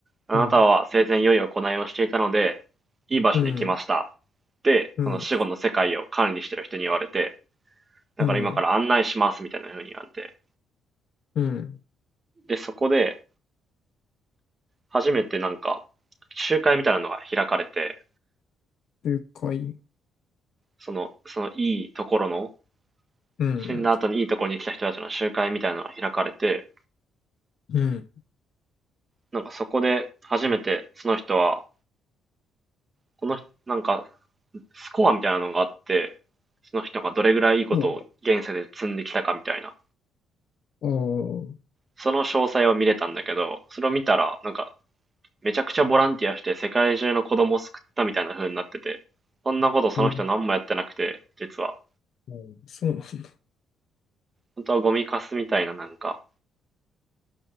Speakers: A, on the right; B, on the left.
A: あなたは生前良い行いをしていたので、
B: ん、
A: いい場所に来ました。
B: うん、
A: で、
B: うん、
A: その死後の世界を管理してる人に言われて、だから今から案内しますみたいな風に言われて。
B: うん、うん。
A: で、そこで、初めてなんか、集会みたいなのが開かれて、
B: 了解。
A: その、そのいいところの、
B: うん、
A: 死んだ後にいいところに来た人たちの集会みたいなのが開かれて、
B: うん。
A: なんかそこで初めてその人は、この、なんかスコアみたいなのがあって、その人がどれぐらいいいことを現世で積んできたかみたいな、
B: そう。あ
A: その詳細を見れたんだけど、それを見たら、なんか、めちゃくちゃボランティアして世界中の子供を救ったみたいな風になってて、そんなことその人何もやってなくて、
B: あ、いい。
A: 実は。
B: うんそうなんだ。
A: 本当はゴミカスみたいななんか、